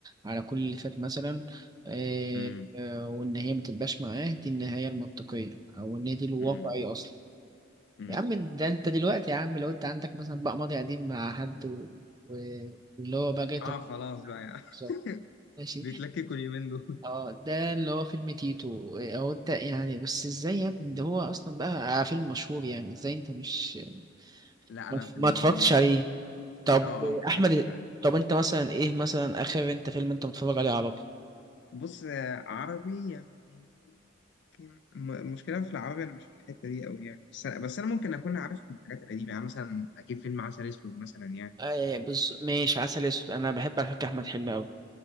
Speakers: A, on the right; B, on the left.
A: على كل اللي فات مثلا آه،
B: امم
A: آه، وان هي ما تبقاش معاه دي النهايه المنطقيه او ان هي دي الواقعيه
B: امم
A: اصلا
B: امم
A: يا عم ده انت دلوقتي يا عم لو انت عندك مثلا بقى ماضي قديم مع حد و... و... واللي هو بقى جاي
B: اه خلاص بقى يعني
A: تنصات، ماشي
B: <laughs> بيتلككوا اليومين دول
A: اه ده اللي هو فيلم تيتو اه، هو انت يعني بس ازاي يا ابني ده هو اصلا بقى فيلم مشهور يعني ازاي انت مش
B: لا
A: ما
B: انا في
A: ما
B: ال...
A: اتفرجتش عليه طب
B: اه اه ما اتفرجتش
A: احمد
B: عليه
A: طب انت مثلا ايه مثلا اخر انت فيلم انت متفرج عليه عربي
B: بص آه، عربي يعني ممكن الم- المشكلة في العربي أنا مش في الحتة دي أوي يعني بس أنا, بس أنا ممكن أكون عارف من الحاجات القديمة يعني مثلا أكيد فيلم عسل أسود مثلا يعني
A: آه بز... ماشي عسل اسود انا بحب على فكره احمد حلمي قوي